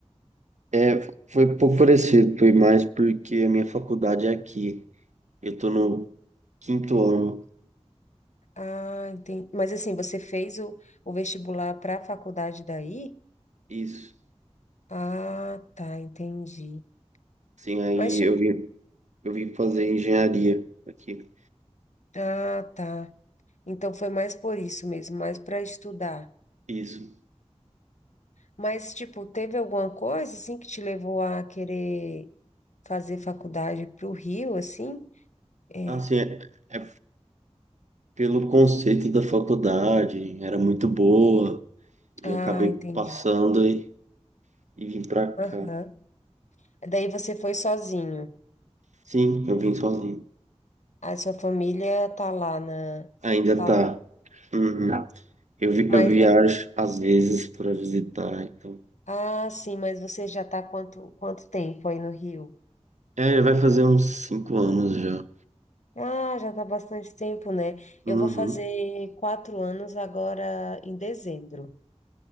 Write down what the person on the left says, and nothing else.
Ah, entendi. Mas assim, você fez o, o vestibular para a faculdade daí?
Ah, tá, entendi.
Mas tipo,
ah, tá. Então foi mais por isso mesmo, mais para estudar.
Mas tipo, teve alguma coisa assim que te levou a querer fazer faculdade para o Rio, assim? É.
Ah,
entendi.
Aham. Daí você foi sozinho.
A sua família tá lá na,
tá
lá.
Mas
de-
Ah, sim, mas você já está quanto, quanto tempo aí no Rio?
Ah, já está bastante tempo, né?
Eu vou fazer quatro anos agora em dezembro.